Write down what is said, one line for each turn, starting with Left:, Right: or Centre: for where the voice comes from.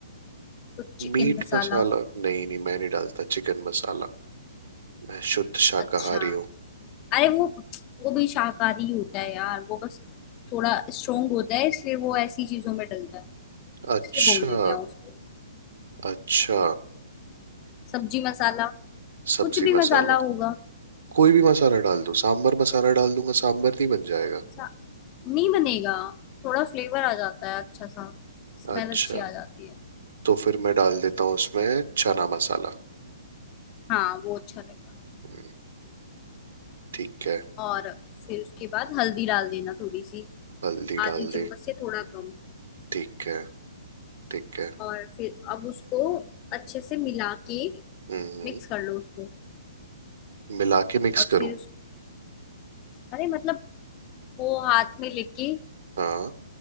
Left: कुछ चिकन
Right: मीट
Left: मसाला
Right: मसाला नहीं नहीं मैं नहीं डालता चिकन मसाला मैं शुद्ध शाकाहारी
Left: अच्छा
Right: हूँ
Left: अरे वो वो भी शाकाहारी होता है यार वो बस थोड़ा स्ट्रोंग होता है इसलिए वो ऐसी चीजों में डलता है
Right: अच्छा
Left: इसलिए बोल देते हैं उसको
Right: अच्छा
Left: हम्म, सब्जी मसाला
Right: सब्जी
Left: कुछ भी मसाला
Right: मसाला
Left: होगा
Right: कोई भी मसाला डाल दो सांबर मसाला डाल दूंगा सांबर नहीं बन जाएगा
Left: सा- नहीं बनेगा थोड़ा फ्लेवर आ जाता है अच्छा सा स्मेल
Right: अच्छा
Left: अच्छी आ जाती है
Right: तो फिर मैं डाल देता हूँ उसमें चना मसाला
Left: हाँ वो अच्छा लगेगा
Right: हम्म, ठीक है
Left: और फिर उसके बाद हल्दी डाल देना थोड़ी सी
Right: हल्दी
Left: आधी
Right: डाल दी
Left: चम्मच से थोड़ा कम
Right: ठीक है ठीक है
Left: और फिर अब उसको अच्छे से मिला के
Right: हम्म
Left: मिक्स कर लो उसको
Right: मिला के मिक्स
Left: और
Right: करूँ
Left: फिर उस- अरे मतलब वो हाथ में लेके
Right: हाँ